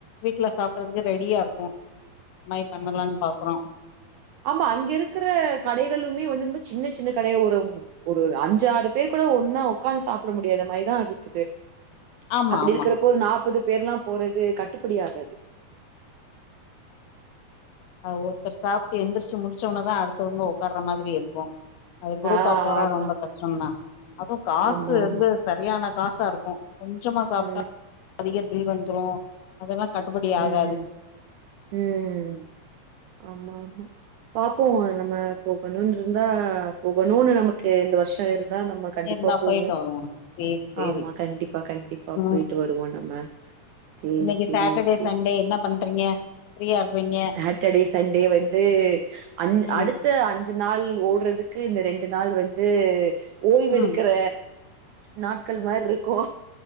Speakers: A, on the left; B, on the right.
A: வீட்ல சாப்புட்றதுக்கு ரெடியா இருக்கும் இது மாரி பண்ணலான்னு
B: ஆ
A: பாக்குறோம்.
B: ஆமா அங்க இருக்குற கடைகள்ளுமே வந்து ரொம்ப சின்ன சின்ன கடையா <unintelligible> ஒரு அஞ்சாறு பேர் கூட ஒன்னா உக்காந்து சாப்புட முடியாத மாரிதா இருக்குது
A: ஆமா,
B: அப்புடி
A: ஆமா.
B: இருக்கிறப்போ நாப்பது பேர்ல்லா போறது கட்டுப்படி ஆகாது
A: அது ஒருத்தர் சாப்ட்டு எத்திரிச்சி முடிச்சோனதா அடுத்தவுங்க ஒக்கார மாதிரி இருக்கோ அது குரூப்பா
B: ஆ
A: போறா
B: ஆமா,
A: ரொம்ப கஷ்டோந்தா அதுவு காசு
B: ஆமா, ஆமா.
A: வந்து சரியான காசா இருக்கோ கொஞ்சமா சாப்ட்டா
B: ம்,
A: அதிக பில் வந்துரோ அதுல்லா கட்டுபடி
B: ம்,
A: ஆகாது
B: ம் ஆமா ஆமா பாப்போ நம்ம போகணோனு இருந்தா போகணோனு நமக்கு இந்த வர்ஷோ இருந்தா நம்ம கண்டிப்பா
A: இருந்தா
B: போவோ
A: போயிட்டு வருவோ சேரி சேரி
B: ஆமா கண்டிப்பா கண்டிப்பா
A: ம்
B: போயிட்டு வ ருவோ நம்ம சேரி
A: இன்னைக்கு
B: சேரிங்க
A: சாட்டர்டே சண்டே இன்னா பண்றீங்க ஃப்ரீயா இருப்பீங்க
B: சாட்டர்டே சண்டே வந்து அஞ்
A: ம்
B: அடு த்த அஞ்சு நாள் ஓடுறதுக்கு இந்த ரெண்டு நாள் வந்து ஓய்வெடுக்குற
A: ம்
B: நாட்கள் மாரி இருக்கோ